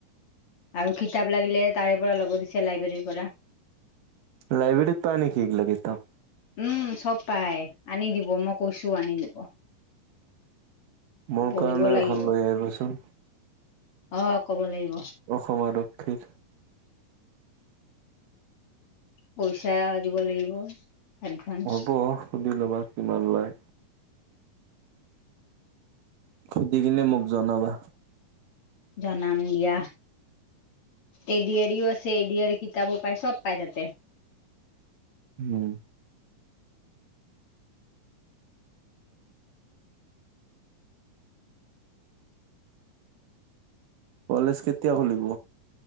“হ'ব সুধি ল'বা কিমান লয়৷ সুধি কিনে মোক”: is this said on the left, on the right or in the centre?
Right